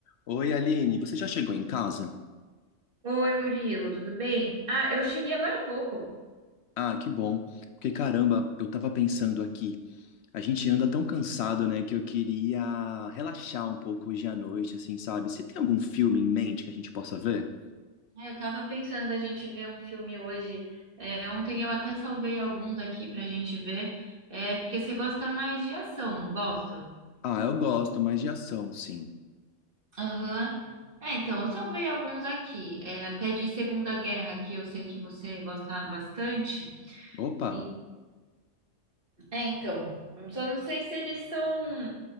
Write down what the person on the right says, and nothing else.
Oi, Murilo, tudo bem? Ah, eu cheguei agora há pouco.
É, Eu tava pensando da gente ver um filme hoje. É, ontem eu até salvei alguns aqui pra gente ver. É, porque você gosta mais de ação, não gosta?
Aham. É, então, eu salvei alguns aqui. É, até de Segunda Guerra, que eu sei que você gosta bastante.
E... É, então. Só não sei se eles são,